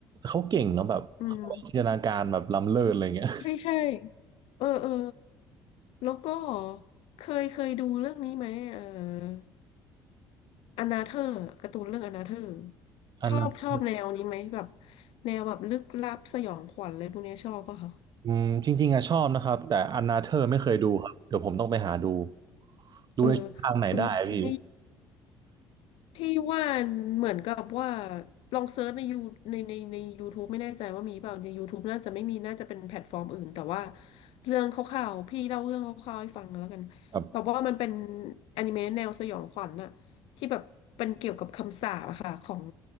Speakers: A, on the right; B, on the left.
A: เขาเก่งเนาะแบบเขาจินตนาการแบบล้ำเลิศอะไรเงี้ย
B: อืมใช่ใช่เออเออแล้วก็เคยเคยดูเรื่องนี้ไหมเออ อนาเธอร์การ์ตูนเรื่องอนาเธอร์
A: อันนั้น
B: ชอบชอบแนวนี้ไหมแบบแนวแบบลึกลับสยองขวัญอะไรพวกเนี้ยชอบป่ะคะ
A: อืมจริงๆอะชอบนะครับแต่อันนาเธอร์ไม่เคยดูครับเดี๋ยวผมต้องไปหาดูดูในช่องทางไหนได้พี่
B: เออคุณถึงพี่ พี่ว่าเหมือนกับว่าลองเซิร์ชในยูในในใน YouTube ไม่แน่ใจว่ามีเปล่าใน YouTube น่าจะไม่มีน่าจะเป็นแพลตฟอร์มอื่นแต่ว่าเรื่องคร่าวๆพี่เล่าเรื่องคร่าวๆให้ฟังแล้วกัน
A: ครับ
B: แบบว่ามันเป็นอนิเมะแนวสยองขวัญน่ะที่แบบเป็นเกี่ยวกับคำสาปอะค่ะของ